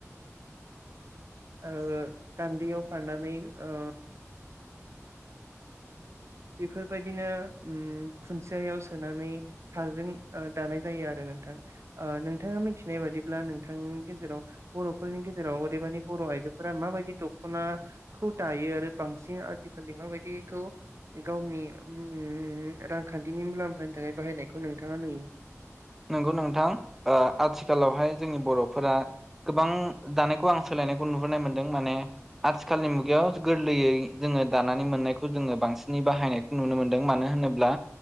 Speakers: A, on the right; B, in the centre.
A: ओ गान्दियाव खाननानै ओ बेफोरबायदिनो उम खुन्सेययाव सोनानै हारजों दानाय जायो आरो नोंथां नोंथाङा मिथिनाय बादिब्ला नोंथांनि गेजेराव बर'फोरनि गेजेराव ओरैबानि बर' आइजोफोरा माबायदि दख'नाखौ दायो आरो बांसिन आजिखालि माबायदिखौ गावनि उम रांखान्थिनि मुलाम्फानि थाखाय बाहायनायखौ नोंथाङा नुयो
B: नंगौ नोंथां आथिखालावहाय जोंनि बर'फोरा गोबां दानायखौ आं सोलायनायखौ नुहुरोनाय मोनदों माने आथिखालनि मुगायाव गोरलैयै जोङो दानानै मोननायखौ जोङो बांसिनै बाहायनायखौ नुनो मोनदों मानो होनोब्ला